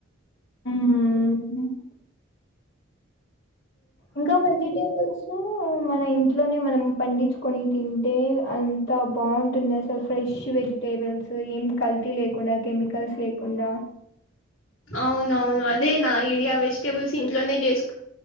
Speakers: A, on the left (about 55°); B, on the left (about 80°).
A: ఉమ్ ఇంకా వెజిటేబుల్స్ సో మన ఇంట్లోనే మనం పండించుకొని తింటే అంత బాగుంటుంది అసలు ఫ్రెష్ వెజిటేబుల్స్ ఏం కల్తీ లేకుండా కెమికల్స్ లేకుండా
B: అవునవును అదే నా ఐడియా వెజిటేబుల్స్ ఇంట్లోనే చేసు